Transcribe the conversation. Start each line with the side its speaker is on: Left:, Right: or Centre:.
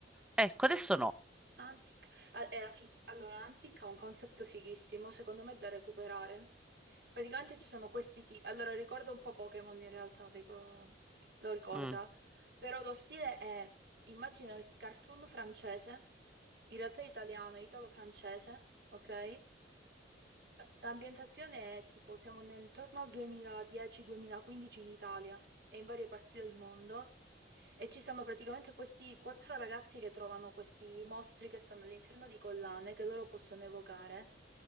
Centre: Ecco, adesso no.
Right: Antic, ah, era fig- allora, Antic ha un concept fighissimo, secondo me, da recuperare. Praticamente ci sono questi tipi. Allora, ricorda un po' Pokémon in realtà, dico- lo ricorda.
Centre: Mm.
Right: Però lo stile è, immagina il cartoon francese, in realtà è italiano, è italo-francese, ok? Eh, l'ambientazione è tipo, siamo nel- intorno al 2010-2015 in Italia e in varie parti del mondo. E ci stanno praticamente questi quattro ragazzi che trovano questi mostri che stanno all'interno di collane che loro possono evocare